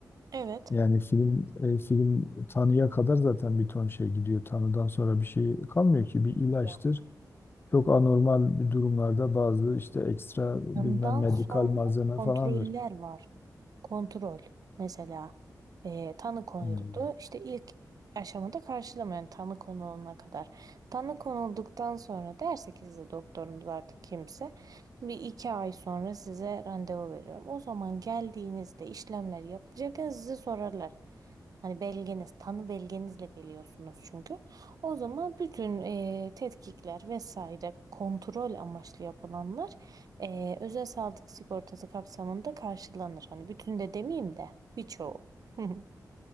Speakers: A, on the right; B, on the left.
A: Evet.
B: Yani film e, film Tanrı'ya kadar zaten bir ton şey gidiyor. Tanrı'dan sonra bir şey kalmıyor ki bir ilaçtır.
A: Ya.
B: Çok anormal bir durumlarda bazı işte ekstra bilmem
A: Tanıdan
B: medikal
A: sonra
B: malzeme
A: kontroller
B: falandır.
A: var. Kontrol. Mesela e, tanı konuldu.
B: Hmm.
A: İşte ilk aşamada karşılama yani tanı konulana kadar. Tanı konulduktan sonra derse ki size doktorunuz artık kimse bir iki ay sonra size randevu veriyorum. O zaman geldiğinizde işlemler yapılacakken sizi sorarlar. Hani belgeniz, tanı belgenizle geliyorsunuz çünkü. O zaman bütün e, tetkikler vesaire kontrol amaçlı yapılanlar ee, özel sağlık sigortası kapsamında karşılanır. Hani bütün de demeyeyim de birçoğu. <laughs>